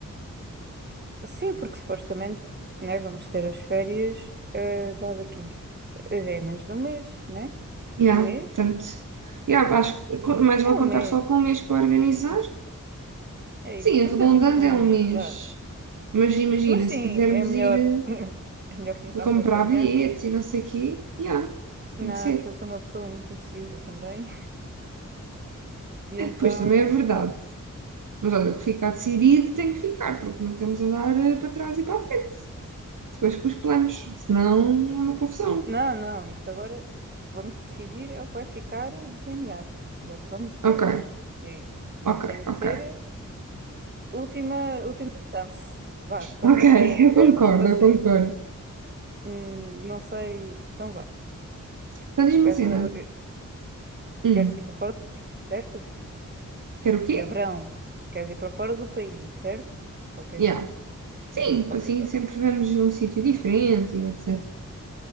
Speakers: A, on the right; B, on the right.
A: Sim, porque supostamente, né, vamos ter as férias, eh, já daqui, eh, já é menos de um mês, né?
B: Yeah,
A: Um mês?
B: portanto, yeah, acho que co- mais vale
A: É um mês,
B: contar só com um mês para organizar.
A: é
B: Sim,
A: isso,
B: arredondando
A: ainda temos um
B: é
A: mês,
B: um mês.
A: vá.
B: Mas imagina,
A: Mas sim,
B: se quisermos
A: é melhor,
B: ir eh,
A: <laughs> é melhor começarmos
B: a comprar
A: a planear,
B: bilhetes
A: porque,
B: e não sei o quê, yeah, tem
A: não,
B: que ser.
A: porque eu sou uma pessoa muito indecisa também, e então,
B: Pois também é verdade.
A: pronto.
B: Mas olha, o que ficar decidido tem que ficar, porque não podemos andar eh, para trás e para a frente. Depois com os planos, senão é uma confusão.
A: Não, não, isto agora vamos decidir é o que vai ficar delineado e é o que vamos
B: Ok,
A: fazer. E aí,
B: ok,
A: e tem que
B: ok.
A: ser última, última chance. Vá, para
B: Ok,
A: nos
B: <laughs>
A: entendermos,
B: eu concordo,
A: para
B: eu
A: ser,
B: concordo.
A: hum, não sei, então vá.
B: Então diz-me
A: Queres,
B: assim,
A: eh,
B: não? Hum,
A: queres ir para fora do país, certo?
B: quer o quê?
A: É verão. Queres ir para fora do país, certo? Ou queres
B: Yeah.
A: ir-
B: Sim,
A: ok,
B: assim sempre vamos a um sítio diferente e etc.